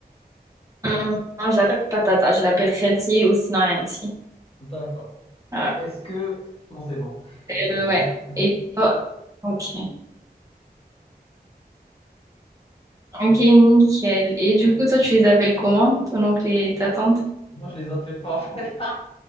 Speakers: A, on the right; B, on the left.
A: Hum, Non, je l'appelle pas tata, je l'appelle Khelti ou sinon amti.
B: <laughs> D'accord.
A: Ouais.
B: Et est-ce que... Non, c'est bon, <laughs> j'ai terminé.
A: Euh, ouais. Et toi? Ok. Ok, nickel. Et du coup, toi, tu les appelles comment, ton oncle et ta tante?
B: Moi, je les appelle pas en fait.